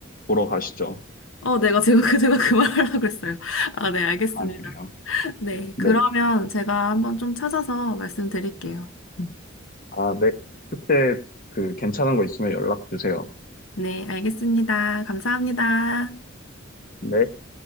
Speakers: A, on the left; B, on the left.
A: 보러 가시죠.
B: 어, 내가 지금 그, 제가 그 말하려고 그랬어요. 아, 네, 알겠습니다.
A: 아, 그래요?
B: 네,
A: 네.
B: 그러면 제가 한번 좀 찾아서 말씀드릴게요. 음,
A: 아, 네. 축제 그 괜찮은 거 있으면 연락 주세요.
B: 네, 알겠습니다. 감사합니다.
A: 네.